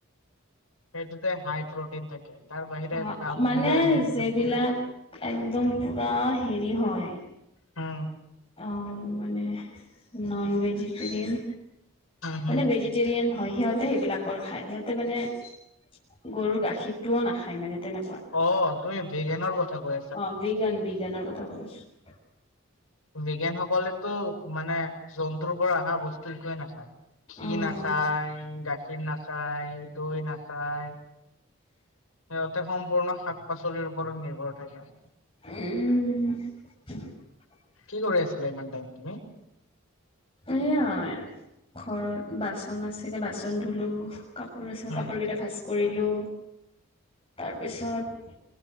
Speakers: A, on the left; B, on the left.
A: সেইটোতে হাই প্ৰটিন থাকে। তাৰ বাহিৰে
B: অঁ
A: আ, তুমি
B: মানে
A: যে যোনবিলাক
B: যিবিলাক
A: কলা
B: একদম পুৰা হেৰি হয়
A: উম।
B: অ মানে নন ভেজিটেৰিয়ান।
A: উম হম
B: মানে ভেজিটেৰিয়ান হয় সিহঁত হতে সেইবিলাকৰ খায়, সিহঁতে মানে গৰুৰ গাখীৰটো নাখায় মানে তেনেকুৱা,
A: অ তুমি ভেগেনৰ কথা কৈ
B: অ বিজ্ঞান বিজ্ঞানৰ কথা কৈ আছো।
A: বিজ্ঞানসকলেতো মানে জন্তুৰ পৰা অহা বস্তু একোৱে নাখায়। ঘি
B: উম
A: নাখায়, গাখীৰ নাখায়, দৈ নাখায় তাতে সম্পূৰ্ণ শাক -পাচলিৰ ওপৰত নিৰ্ভৰ থাকে।
B: উম।
A: কি কৰি আছিলা ইমান টাইম তুমি?
B: এয়াই ঘৰত বাচন আছিলে বাচন ধুলো কাপোৰ আছে
A: উম,
B: কাপোৰকেইটা ভাজ কৰিলো তাৰ পিছত